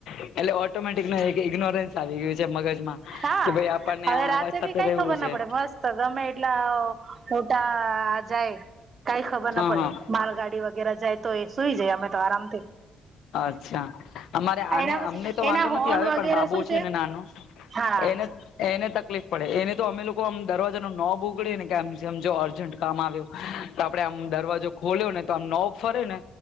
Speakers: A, on the left; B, on the right.
A: એટલે ઓટોમેટિક ન એક ઇગ્નોરન્સ આવી ગયું છે. મગજમાં
B: હા
A: કે ભાઈ આપણને
B: હવે
A: આ
B: રાતે
A: અવાજ સાથે
B: બી કઈ
A: રહેવું
B: ખબર ના
A: છે
B: પડે મસ્ત ગમે એટલા. <unintelligible> જાય કઈ ખબર ના
A: હા
B: પડે
A: હા
B: માલગાડી વગેરા જાય તો એ. સુઈ જાય અમે તો આરામથી.
A: અચ્છા અમારે આને
B: એના પછી
A: અમને તો
B: એના
A: વાંધો
B: હોર્ન
A: નથી આવે
B: વગેરે
A: પણ
B: શું
A: <unintelligible> છે, ને નાનો.
B: હા
A: એને એને તકલીફ. પડે એને તો અમે લોકો આમ દરવાજા ન ન બોગડે ને કે આજ અર્જન્ટ કામ આવ્યો તો આપડે આમ. દરવાજો ખોલ્યો ને તો આમ નોબ ફરે ને.